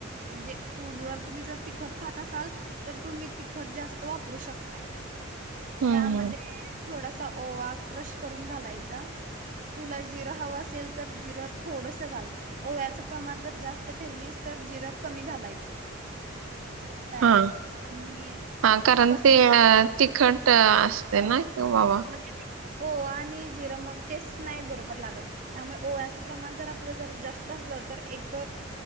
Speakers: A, on the right (about 40°); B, on the right (about 85°).
A: जे तू जर तुम्ही जर तिखट खात असाल तर तुम्ही ति खट जास्त वापरू शकताय.
B: हम्म
A: त्यामध्ये थोडासा ओवा क्रश करून घालायचा. तुला जिरं हवं असेल तर जिरं थोडस घाल ओव्याचं प्रमाण जर जास्त ठेवलीस तर जिरं कमी घालायचं. काय
B: हा.
A: आणि
B: हा कारण
A: कसुरी
B: ते ते <inaudible> असते
A: हा
B: ना त ववा
A: म्हणजे ओवा आणि जिरं मग टेस्ट नाही बरोबर लागत त्यामुळे ओव्याचं प्रमाण जर आपलं जर जास्त असलं तर एक